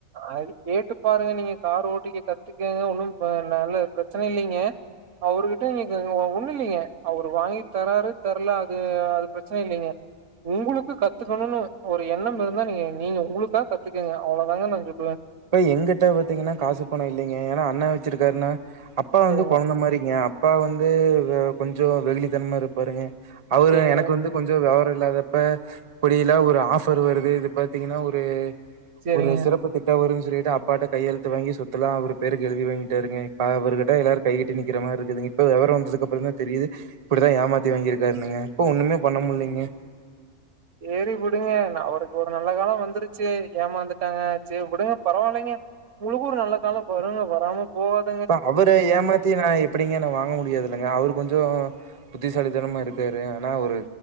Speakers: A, on the right; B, on the right.
A: அது கேட்டு பாருங்க நீங்க கார் ஓட்டிக்க கத்துக்க ஒன்னும் ப நல்ல ப்ரச்சன இல்லிங்க அவருருகிட்ட நீங்க ஒண்ணு இல்லிங்க அவரு வாங்கி தராரு தர்ல அது அது ப்ரச்சன இல்லீங்க உங்களுக்கு கத்துக்கணுனு ஒரு எண்ணம் இருந்தா நீங்க நீங்க உங்களுக்கா கத்துக்கங்க அவ்வளோதாங்க நா இப்பவே
B: இப்ப எங்கட்ட பாத்திங்கன்னா காசு பணோ இல்லிங்க ஏனா அண்ணா வச்சிருக்காருன்னா அப்பா
A: சரிங்க
B: வந்து கொழந்த மாரிங்க அப் பா வந்து வே கொஞ்சோ வெகுளித்தனமா இருப்பாருங்க அவரு
A: சரிங்க
B: எனக்கு வந்து கொஞ்ச விவர இல்லாதப்ப இப்பிடியெல்லா ஒரு ஆஃபர் வருது இது பாத்திங்கன்னா ஒரு
A: சரிங்க
B: ஒரு சிறப்புத் தா வருது சொல்லிட்டு அப்பாட்ட கையெழுத்து வாங்கி சொத்தலா அவரு பேருக்கு எழுதி வாங்கிட்டாருங்க இப்ப அவர்கிட்ட எல்லாரு கைகட்டி நிக்கிற மாரி இருக்குதுங்க இப்ப விவரோ வந்ததுக்கு அப்றோதா தெரியுது இப்டித்தா ஏமாத்தி வாங்கிருக்காருன்னுங்க இப்போ ஒண்ணுமே பண்ண முட்லிங்க
A: சேரி விடுங்க ந அவருக்கு ஒரு நல்ல காலோ வந்துருச்சி ஏமாந்துட்டாங்க செரி உடுங்க பரவா இல்லிங்க உங்களுக்கு ஒரு நல்ல காலோ கொரோனா வராம போவே
B: இப்ப அவர ஏமாத்தி நா எப் டிங்க நா வாங்க முடியாதுல்லங்க அவரு கொஞ்சோ புத்திசாலித்தனமா இருக்காரு ஆனா அவரு